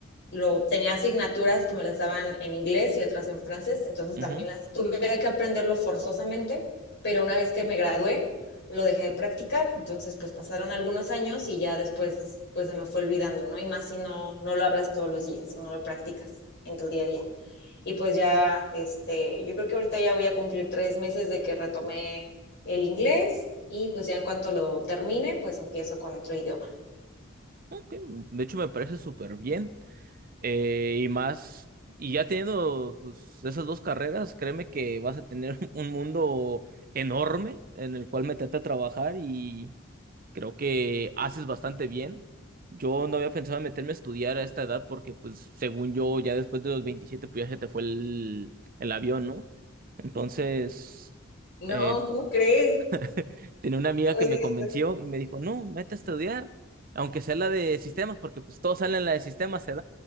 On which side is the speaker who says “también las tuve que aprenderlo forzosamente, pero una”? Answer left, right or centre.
Left